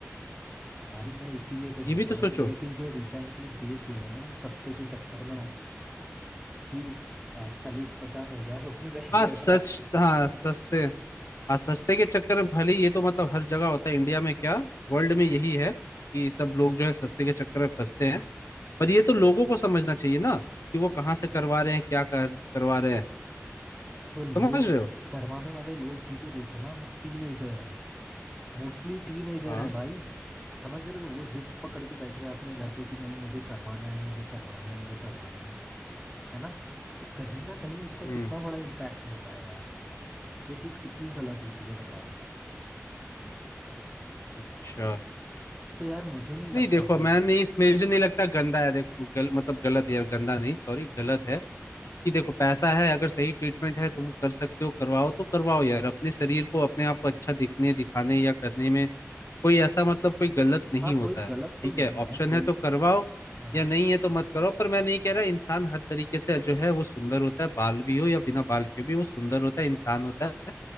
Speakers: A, in the centre; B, on the left (about 70°).
A: भाई मैं इसीलिए तो बोल
B: ये भी
A: रहा
B: तो सोचो
A: हूँ लेकिन जो रिसेंटली केस हुए हैं ना वो सस्ते के चक्कर में हो कि चालीस पचास हजार रुपए में हेयर
B: हाँ सच हाँ सस्ते हाँ सस्ते के चक्कर में भले ही ये तो मतलब हर जगह होता है इंडिया में क्या वर्ल्ड में यही है कि सब लोग जो है सस्ते के चक्कर में फंसते हैं पर ये तो लोगों को समझना चाहिए ना कि वो कहाँ से करवा रहे हैं क्या कर करवा रहे हैं
A: तो लोग
B: समझ रहे हो
A: करवाने वाले लोग भी तो देखो ना आप टीनेजर हैं मोस्टली टीनेजर
B: हाँ
A: हैं भाई समझ रहे हो वो जिद पकड़ के बैठे हैं अपने घर पे कि नहीं मुझे करवाना है मुझे करवाना है मुझे करवाना है है ना तो कहीं ना कहीं उसका
B: हम्म
A: कितना बड़ा इम्पैक्ट होता है यार वो चीज़ कितनी गलत होती है बताओ
B: अच्छा
A: तो यार मुझे नहीं लगता
B: नहीं देखो
A: भाई
B: मैं नहीं इसमें मुझे नहीं लगता गंदा है देखो गल, मतलब गलत है यार गंदा नहीं सॉरी गलत है कि देखो पैसा है अगर सही ट्रीटमेंट है तुम कर सकते हो करवाओ तो करवाओ यार अपने शरीर को अपने आप को अच्छा दिखने दिखाने या करने में कोई ऐसा मतलब कोई गलत नहीं
A: हाँ
B: होता
A: कोई
B: है
A: गलत तो
B: ठीक
A: नहीं
B: है ऑप्शन
A: है कोई
B: है तो करवाओ
A: हाँ
B: या नहीं है तो मत करो पर मैं नहीं कह रहा इंसान हर तरीके से जो है वो सुंदर होता है बाल भी हो या बिना बाल के भी वो सुंदर होता है इंसान होता है